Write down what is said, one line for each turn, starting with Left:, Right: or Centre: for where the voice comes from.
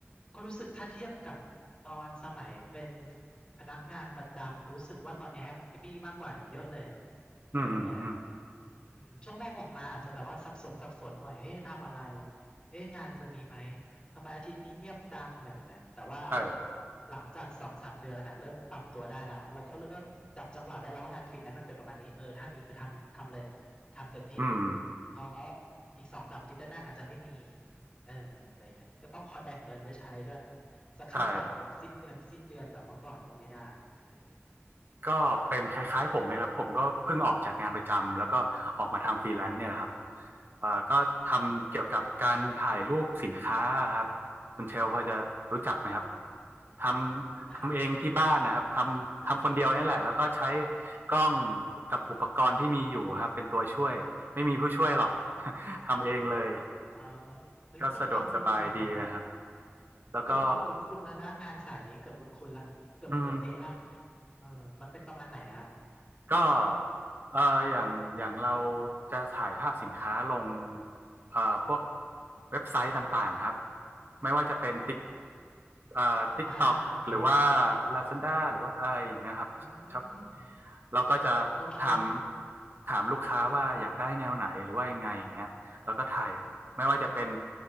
Left: ก็รู้สึกถ้าเทียบกับตอนสมัยเป็นพนักงานประจำรู้สึกว่าตอนนี้แฮปปี้มากกว่าเยอะเลย
Right: อืมอืม
Left: เยอะเลยครับ อืมช่วงแรกออกมาอาจจะแบบว่าสับสนสับสนหน่อย เอ๊ะทำอะไร เอ๊ะงานจะมีไหม ทำไมอาทิตย์นี้เงียบจังอะไรแบบเนี้ยแต่ว่า
Right: ใช่
Left: หลังจากสองสามเดือนน่ะเริ่มปรับตัวได้แล้วแล้วก็เริ่มจับจังหวะได้แล้วว่างานฟรีแลนซ์มันเป็นประมาณนี้เออถ้ามีคือทำทำเลยทำเต็มที่
Right: อืม
Left: เพราะอีกสองสามอาทิตย์ด้านหน้าอาจจะไม่มีเอออะไรเงี้ยก็ต้องคอยแบ่งเงินไว้ใช้ด้วยจะคาดหวังแบบสิ้นเดือนสิ้นเดือนแบบเมื่อก่อนก็ไม่ได้เออ
Right: ใช่ก็เป็นคล้ายๆผมเลยครับผมก็เพิ่งออกจากงานประจำแล้วก็ออกมาทำฟรีแลนซ์เนี่ยแหละครับเอ่อก็ทำเกี่ยวกับการถ่ายรูปสินค้าครับคุณเชลพอจะรู้จักไหมครับ
Left: เอออืม
Right: ทำทำเองที่บ้านนะครับทำทำคนเดียวนี่แหละแล้วก็ใช้
Left: ใชย
Right: กล้องกับอุปกรณ์ที่มีอยู่ครับเป็นตัวช่วยไม่มีผู้ช่วยหรอก <laughs> ทำเองเลย
Left: อ่าเฮ้ยก็ฟังดูดีนะ
Right: ก็สะดวกสบายดีนะครับแล้วก็
Left: เกือบเกือบคุ้นๆแล้วนะงานสายนี้เกือบคุ้นๆละเกือบเกือบเอะละ
Right: อืม
Left: เออมันเป็นประมาณไหนนะครับ
Right: ก็เอ่ออย่างอย่างเราจะถ่ายภาพสินค้าลงเอ่อพวกเว็บไซต์ต่างๆครับไม่ว่าจะเป็นติ๊ก
Left: อ๋อ
Right: เอ่อติ๊กต็อกหรือว่า
Left: อ่าโอเค
Right: Lazada หรือว่าอะไรอย่างเงี้ยครับครับ
Left: อืม
Right: เราก็จะถาม
Left: โอเค
Right: ถามลูกค้าว่าอยากได้แนวไหนหรือว่ายังไงอย่างเงี้ยแล้วก็ถ่ายไม่ว่าจะเป็น
Left: อื